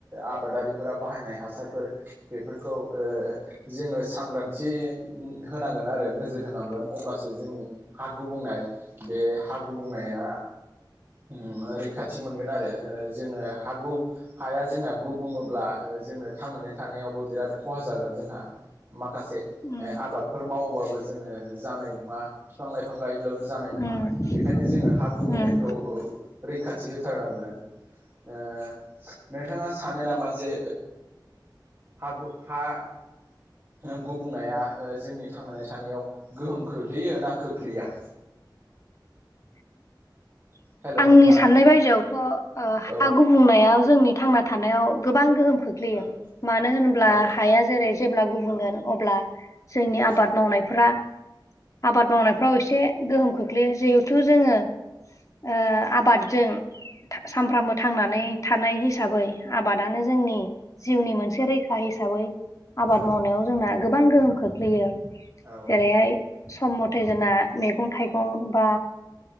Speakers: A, on the right; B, on the left.
A: आबादारिफोरा बनाय हारफोरखौ जोो सांग्रथि <unintelligible> होनांगोन आरो नोजोर होनांगोन अब्लासो जोंनि हा गुबुंनाय बे हा गुबुंनाया <unintelligible> ओ रैखाथि मोनगोन आरो जोङो हाया जोंना गु बुङोब्ला जोंनो थांनानै थानायावबो बिराद खहा जागोन जोंहा माखासे
B: उम
A: आबाद मावबाबो जोङो जानाय नङा बिफां लाइफां गायोब्लाबो जानाय नङा
B: उम
A: बेनिखायनो जोङो हा गुबुंनाय
B: उम
A: खौ रैखाथि होथारनांगोन‌ ओ नोंथाङा सानो नामा जे हागु हा <unintelligible> ओ गुबुंनाया जोंनि थांनानै थानायाव गोहोम खोख्लैयो ना खोख्लैया
B: <unintelligible>
A: हेल'
B: आंनि
A: नोंथां
B: साननाय बायदिआवथ' ओ हा
A: औ
B: गुबुंनायाव जोंनि थांना थानायाव गोबां गोहोम खोख्लैयो
A: औ
B: मानो होनब्ला
A: औ
B: हाया जेरै जेब्ला गुबुंगोन अब्ला जोंनि आबाद
A: औ
B: मावनायफोरा आबाद मावनायफ्राव एसे गोहोम खोख्लैयो जिहेथु जोङो ओआबादजों सामफ्रामबो थांनानै थानाय हिसाबै आबादानो जोंनि जिउनि मोनसे रैखा हिसाबै आबाद
A: औ
B: मावनायाव जोंना गोबां गोहोम खोख्लैयो
A: औ
B: जेरैहाय सम मथे फै जोंना मैगं थाइगं बा